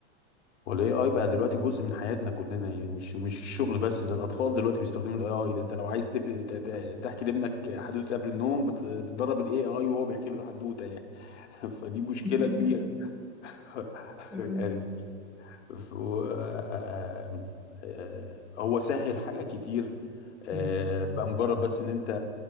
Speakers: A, on the left; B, in the centre.
A: والاي اي بقى دلوقتي جزء من حياتنا كلنا يعني مش مش الشغل بس ده الاطفال دلوقتي بيستخدموا الاي اي ده انت لو عايز تب... ت... ت... تحكي لابنك حدوته قبل النوم بت... بتدرب الاي اي وهو بيحكي له الحدوته يعني <laughs> فدي مشكله
B: <laughs>
A: كبيره <laughs>
B: تمام
A: يعني ف... و... آه... آه... آه، آه، هو سهل حاجات كتير آه...
B: مم.
A: بقى مجرد بس ان انت